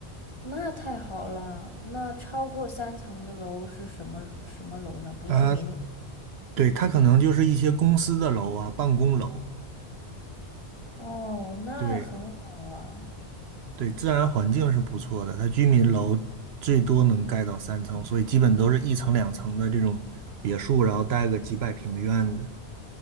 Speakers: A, on the left; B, on the right.
A: 那太好了。那超过三层的楼是什么什么楼呢？不是民。
B: 啊，对，它可能就是一些公司的楼啊，办公楼。
A: 哦，那很好啊。
B: 对对，自然环境是不错的，它居民楼最多能盖到三层，所以基本都是一层两层的这种别墅，然后带个几百平的院子。